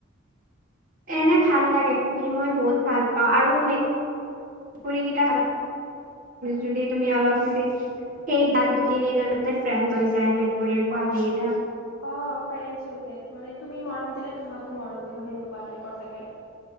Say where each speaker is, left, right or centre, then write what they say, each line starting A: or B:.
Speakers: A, on the right; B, on the left.
A: এনে ভাল লাগে পোহি মই বহুত ভাল পাওঁ আৰু মেকুৰিকিটা যদি তুমি অলপ যদি সেই তাত দুই তিনিদিনতে ফ্ৰেণ্ড হৈ যায়। মেকুৰীৰ পোৱা সেইকেইটা।
B: অ', ফ্ৰেন্স হৈ যায় মানে তুমি মৰম দিলে তোমাকো মৰম দিব সেনেকুৱা টাইপৰ থাকে।